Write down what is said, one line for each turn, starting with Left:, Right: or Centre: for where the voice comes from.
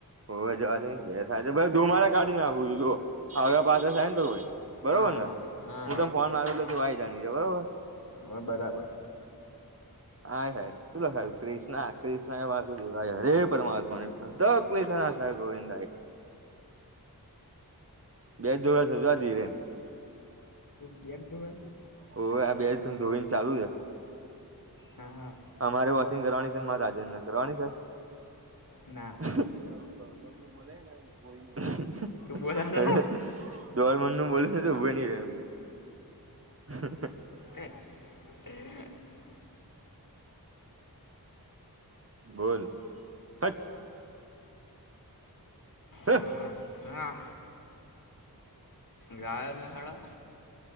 Right: હોવા જવાનુ એ થાય છે ભાઈ ધુમાડા કાઢીને નાખું છું તું ખાવ પાછ થાય ને તો કોઈ બરોબર
Left: હા
Right: ને
Left: હા હા
Right: હુ, તમ ફોનમાં આવેલો કેવાય જાણી છે બરોબર
Left: હા બરાબર
Right: હા, સાહે શુંલો સાહેબ ક્રષ્ ક્રષ્ણ વાસ હરે પરમાત્મા કષ્ ગોવિંદ બેજ જોડજ આ ધીરેન
Left: શું બે ધુંવે છે.
Right: ઓ આ બે જોઈન ચાલુ છે.
Left: હા હા
Right: અમારે વોશિંગ કરવાની છે મારે રાજાજન ને કરવાની છે.
Left: ના
Right: મેં અુ ગરબર નુ બોલે ને કોઈ નઈ
Left: શું બોલા છે
Right: જોર મન ન બોલ છે, તો ઉભો ન ર એ હ
Left: એક <unintelligible>
Right: બોલ. હટ હે
Left: હા હા. ગાય એટલે હાડા